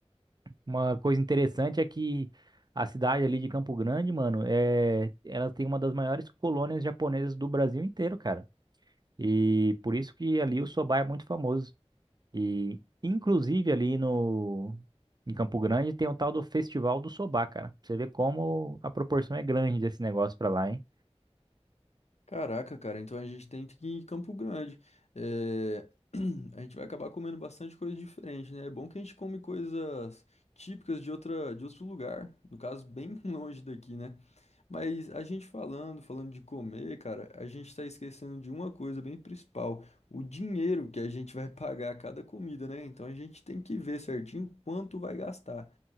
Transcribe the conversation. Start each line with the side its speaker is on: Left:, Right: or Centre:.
Right: Uma coisa interessante é que a cidade ali de Campo Grande, mano, é, ela tem uma das maiores colônias japonesas do Brasil inteiro, cara. E por isso que ali o soba é muito famoso. E inclusive ali no em Campo Grande tem o tal do Festival do Soba, cara. Pra Você vê como a proporção é grande desse negócio pra lá, hein?
Left: Caraca, cara, então a gente tem que ir em Campo Grande. É, <clears throat> A gente vai acabar comendo bastante coisa diferente, né? É bom que a gente come coisas típicas de outra, de outro lugar, no caso, bem <laughs> longe daqui, né? Mas a gente falando, falando de comer, cara, a gente tá esquecendo de uma coisa bem principal, o dinheiro que a gente vai <laughs> pagar a cada comida, né? Então a gente tem que ver certinho quanto vai gastar.